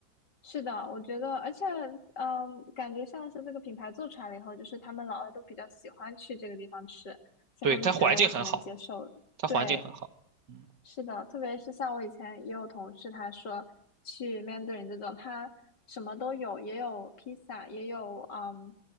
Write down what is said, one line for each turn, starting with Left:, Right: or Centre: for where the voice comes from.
Left: 是的，我觉得，而且，嗯，感觉像是这个品牌做出来了以后，就是他们老外都比较喜欢去这个地方吃，所以他们就觉得我挺能接受的。
Right: 对，它环境很好，它环境很好。
Left: 对，
Right: 嗯，
Left: 是的，特别是像我以前也有同事，他说去面对人这种，他什么都有，也有披萨，也有嗯，